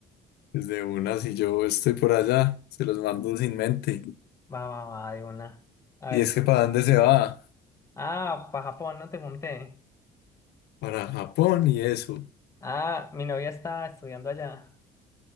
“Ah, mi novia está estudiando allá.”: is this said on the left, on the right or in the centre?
Left